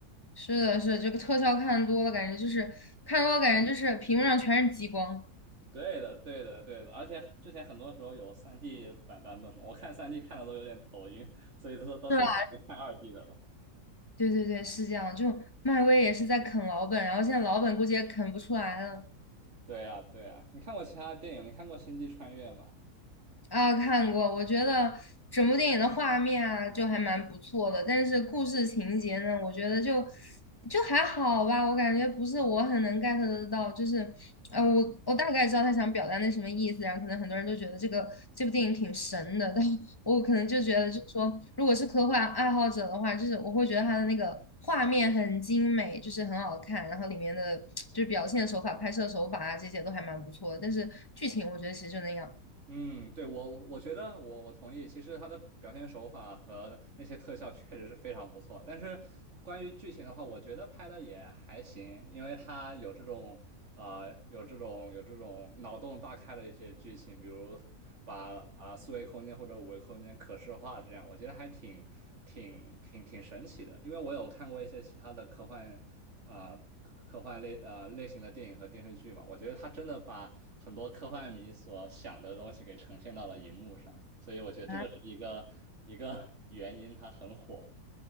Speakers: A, on the left; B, on the right.
A: 是的，是的，这个特效看多了，感觉就是看多了，感觉就是屏幕上全是激光，
B: 对的，对的，对的，而且之前很多时候有三 d 版版本嘛，我看三 d 看的都有点头晕，所以说到最后就看二
A: 是吧？
B: d 的了。
A: 对对对，是这样。就漫威也是在啃老本，然后现在老本估计也啃不出来了。
B: 对呀，对呀，你看过其他电影？你看过《星际穿越》吗？
A: 啊，看过，我觉得整部电影的画面啊，就还蛮不错的，但是故事情节呢，我觉得就就还好吧，我感觉不是我很能 get 得到，就是呃，我我大概知道他想表达那什么意思，然后可能很多人都觉得这个这部电影挺神的，但我可能就觉得，就是说，如果是科幻爱好者的话，就是我会觉得他的那个画面很精美，就是很好看，然后里面的就是表现手法、拍摄手法啊这些都还蛮不错的，但是剧情我觉得其实就那样。
B: 嗯，对，我我觉得我我同意。其实他的表现手法和那些特效确实是非常不错，但是关于剧情的话，我觉得拍的也还行，因为它有这种啊、呃有这种有这种脑洞大开的一些剧情，比如把把四维空间或者五维空间可视化这样，我觉得还挺挺挺挺神奇的。因为我有看过一些其他的科幻。啊、科科幻类呃类型的电影和电视剧嘛，我觉得他真的把很多科幻迷所想的东西给呈现到了荧幕上，所以我觉得这个是一个一个
A: 啊。
B: <laughs> 原因，它很火。